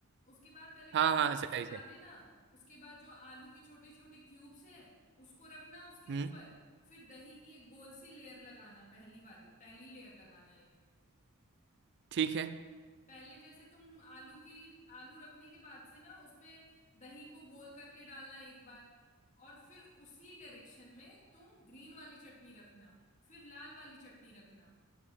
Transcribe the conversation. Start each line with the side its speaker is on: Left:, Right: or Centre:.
Left: उसके बाद पहले पापड़ी
Right: हाँ हाँ हाँ, सही
Left: को सजा
Right: सही
Left: देना उसके बाद जो आलू के छोटे छोटे क्यूब्स हैं उसको रखना उसके
Right: हम्म
Left: ऊपर फिर दही की एक गोल सी लेयर लगाना पहली वाली पहली लेयर लगाना एक
Right: ठीक है
Left: पहले जैसे तुम आलू की आलू रखने के बाद से ना उसपे दही को गोल करके डालना एक बार और फिर उसी डायरेक्शन में तुम ग्रीन वाली चटनी रखना फिर लाल वाली चटनी रखना